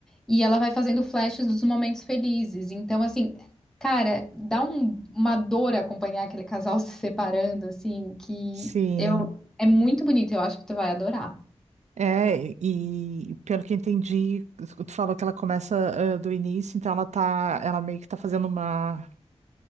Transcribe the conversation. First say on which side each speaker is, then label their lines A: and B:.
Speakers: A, in the centre; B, on the right.
A: E ela vai fazendo flashes dos momentos felizes. Então, assim, cara, dá um- uma dor acompanhar aquele casal <laughs> se separando, assim, que
B: Sim.
A: eu, é muito bonito. Eu acho que tu vai adorar.
B: É, e pelo que entendi, tu falou que ela começa, ah, do início, então ela tá, ela meio que tá fazendo uma,